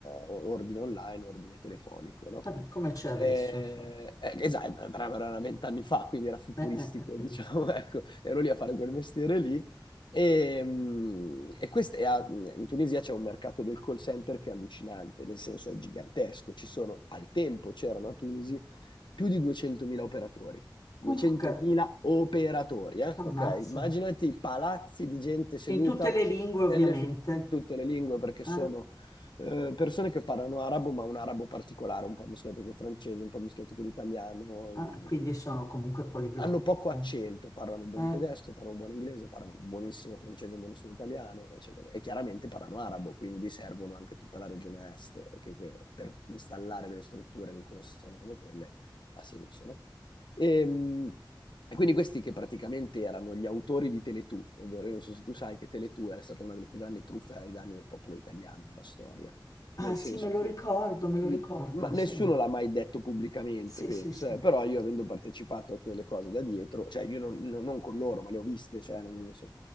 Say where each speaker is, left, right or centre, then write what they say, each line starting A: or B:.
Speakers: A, on the left (about 70°); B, on the left (about 45°).
A: ordine online, ordine telefonico, no?
B: Vabbè, come c'è adesso,
A: Eh,
B: infatti.
A: eh, esatto, eh, però era vent'anni fa, quindi era futuristico,
B: Eh, eh, eh, figurati.
A: diciamo, <laughs> ecco, ero lì a fare quel mestiere lì. E, mm, e quest- e a- in Tunisia c'è un mercato del call center che è allucinante, nel senso è gigantesco. Ci sono, al tempo c'erano a Tunisi più di 200.000 operatori.
B: Comunque,
A: 200.000 operatori, eh?
B: ammazza.
A: Ok? Immaginati i palazzi di gente seduta
B: In tutte le lingue,
A: nelle
B: ovviamente.
A: fi- in tutte le lingue perché
B: eh.
A: sono eh, persone che parlano arabo, ma un arabo particolare, un po' mischiato col francese, un po' mischiato con l'italiano.
B: Ah,
A: in-
B: quindi sono comunque poliglotti.
A: Hanno poco
B: eh.
A: accento, parlano un buon
B: Eh,
A: tedesco, parlano un buon inglese, parlano un buonissimo francese, un buonissimo italiano, eccetera. E chiaramente parlano arabo, quindi servono anche tutta la regione est, che que- per installare delle strutture che costano come quelle ha senso, no? E, mh, e quindi questi che praticamente erano gli autori di Teletù, ovvero io non so se tu sai che Teletù era stata una delle più grandi truffe ai danni del popolo italiano della storia, nel
B: Ah sì,
A: senso
B: me lo
A: che
B: ricordo, me lo
A: sì,
B: ricordo,
A: ma nessuno
B: sì,
A: l'ha mai detto pubblicamente,
B: sì,
A: penso,
B: sì, sì.
A: eh, Però io avendo partecipato a quelle cose da dietro, cioè io non, non- non con loro, ma le ho viste, cioè nel senso,